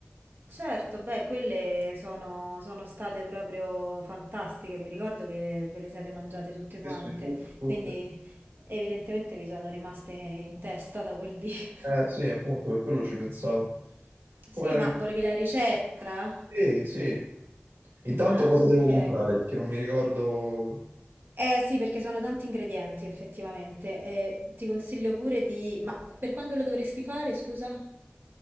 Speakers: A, on the right; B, on the right.
A: Certo, beh, quelle sono, sono state proprio fantastiche, mi ricordo che ve le siete mangiate tutte quante,
B: Sì, sì, tutte, tutte.
A: quindi evidentemente vi sono rimaste in testa da quel dì. <laughs>
B: Eh sì, appunto, per quello ci pensavo. Come
A: Sì,
B: la
A: ma
B: vedi?
A: volevi la ricetta?
B: Sì, sì. Intanto
A: Ah,
B: cosa
A: ok.
B: devo comprare? Perché non mi ricordo...
A: Eh sì, perché sono tanti ingredienti effettivamente. Eh, ti consiglio pure di... Ma per quando lo dovresti fare, scusa?